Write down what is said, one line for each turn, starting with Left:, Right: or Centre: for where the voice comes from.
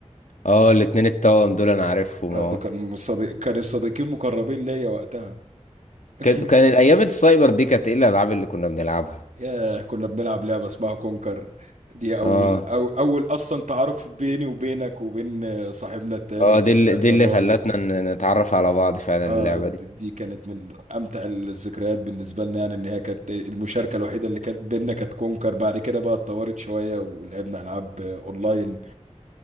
Left: اه الاتنين التوأم دول انا عارفهم
Right: آه،
Left: اه
Right: ده كان صديق كانوا صديقين مقربين ليا وقتها <laughs>
Left: كان كان الايام السايبر دي كانت ايه الالعاب اللي كنا بنلعبها
Right: ياه كنا بنلعب لعبة اسمها كونكر دي أول
Left: اه
Right: أو أول أصلا تعارف بيني وبينك وبين صاحبنا التالت
Left: اه دي
Right: وصاحبنا
Left: اللي دي اللي
Right: الرابع
Left: خلتنا ن- نتعرف على بعض فعلا
Right: اه
Left: اللعبة
Right: دي
Left: دي
Right: دي كانت من امتع الذكريات بالنسبه لنا يعني ان هي كانت المشاركه الوحيده اللي كانت بينا كانت كونكر بعد كده بقى اتطورت شويه ولعبنا العاب آه، اونلاين